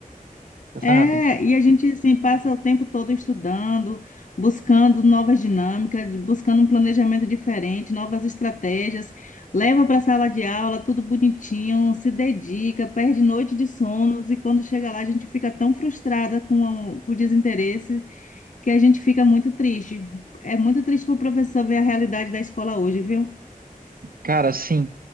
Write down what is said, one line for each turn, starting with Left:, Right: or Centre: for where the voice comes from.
Right: sabe?
Left: É, e a gente assim passa o tempo todo estudando, buscando novas dinâmicas, buscando um planejamento diferente, novas estratégias, leva para a sala de aula, tudo bonitinho, se dedica, perde noite de sonos e quando chega lá a gente fica tão frustrada com o, com o desinteresse que a gente fica muito triste. É muito triste para o professor ver a realidade da escola hoje, viu?
Right: Cara, sim.